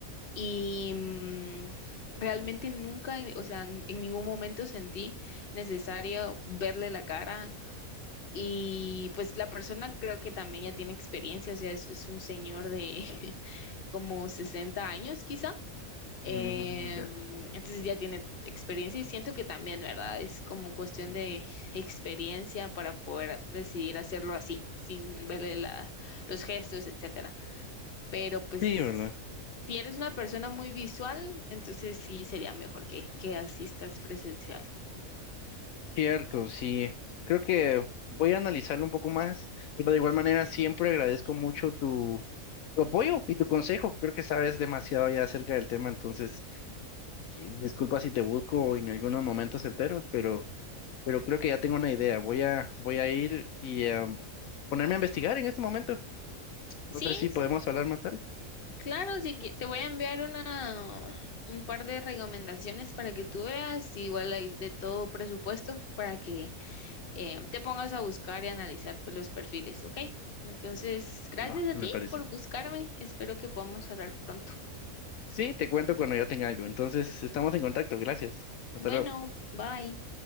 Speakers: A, on the left; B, on the left.
A: y mm, realmente nunca, o sea, en en ningún momento sentí necesario verle la cara. Y pues la persona creo que también ya tiene experiencia, o sea, es, es un señor de <laughs> como 60 años quizá, Em,
B: ujú, ya.
A: entonces ya tiene experiencia y siento que también, ¿verdad? Es como cuestión de experiencia para poder decidir hacerlo así, sin verle la- los gestos, etcétera. Pero pues
B: Sí, ¿verdad?
A: si eres una persona muy visual, entonces sí sería mejor que, que asistas presencial.
B: Cierto, sí. Creo que voy a analizarlo un poco más, pero de igual manera siempre agradezco mucho tu, tu apoyo y tu consejo. Creo que sabes demasiado ya acerca del tema, entonces, que- disculpa si te busco en algunos momentos enteros, pero... pero creo que ya tengo una idea. Voy a, voy a ir y em, ponerme a investigar en este momento. No
A: Sí,
B: sé si podemos hablar más tarde.
A: Claro, sí que te voy a enviar una, un par de recomendaciones para que tú veas. Igual hay de todo presupuesto para que eh, te pongas a buscar y analizar pues, los perfiles, ¿ok? Entonces, gracias
B: No,
A: a
B: me
A: ti
B: parece.
A: por buscarme. Espero que podamos hablar pronto.
B: Sí, te cuento cuando ya tenga algo. Entonces, estamos en contacto. Gracias. Hasta
A: Bueno,
B: luego.
A: bye.